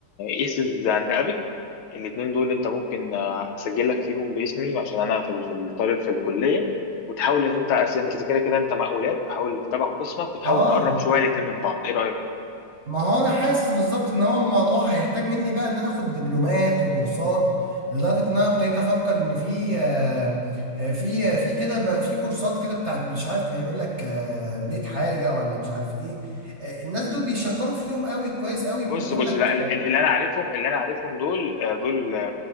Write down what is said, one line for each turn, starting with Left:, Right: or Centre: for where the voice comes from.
Left: ايسز اند ابيك الاثنين دول انت ممكن آه، اسجل لك فيهم باسمي عشان انا في ال- في الطالب في الكليه وتحاول ان انت أس- انت كده كده انت مقاولات تحاول تتابع قسمك وتحاول
Right: اه
Left: تقرب شويه الاثنين من بعض ايه رايك
Right: ما هو انا حاسس بالظبط ان هو الموضوع هيحتاج مني بقى ان انا اخد دبلومات وكورسات لدرجه ان انا ابتديت افكر ان في آه، آه، في في كده ما- في كورسات كده بتاعت مش عارف بيقول لك آه، بيت حاجه ولا مش عارف ايه آه، الناس دول بيشكروا فيهم قوي كويس قوي
Left: بص
Right: بيقول
Left: بص
Right: لك
Left: لا ال- ال- اللي انا عارفهم اللي انا عارفهم دول آه، دول